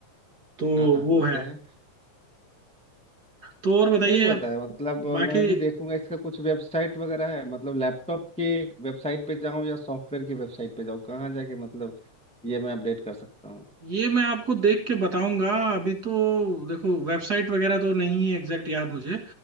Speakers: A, on the right (about 40°); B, in the centre.
A: तो
B: हाँ हाँ
A: वो
B: होते
A: है
B: हैं
A: तो और बताइए
B: सही बताया मतलब
A: बाकी
B: मैं भी देखूंगा इसका कुछ वेबसाइट वगैरह है मतलब लैपटॉप के वेबसाइट पे जाऊँ या सॉफ्टवेयर की वेबसाइट पे जाऊँ कहाँ जाके मतलब ये मैं अपडेट कर सकता हूँ
A: ये मैं आपको देख के बताऊंगा अभी तो देखो वेबसाइट वगैरह तो नहीं है एग्जैक्ट याद मुझे